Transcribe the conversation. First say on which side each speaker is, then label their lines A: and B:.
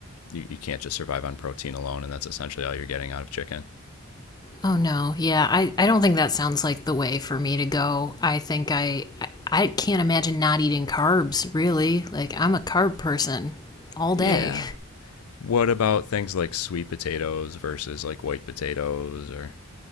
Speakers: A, on the left (about 80°); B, on the left (about 20°).
A: You you can't just survive on protein alone, and that's essentially all you're getting out of chicken.
B: Oh no, yeah, I, I don't think that sounds like the way for me to go. I think I, I I can't imagine not eating carbs, really. Like I'm a carb person all
A: Yeah.
B: day.
A: What about things like sweet potatoes versus like white potatoes or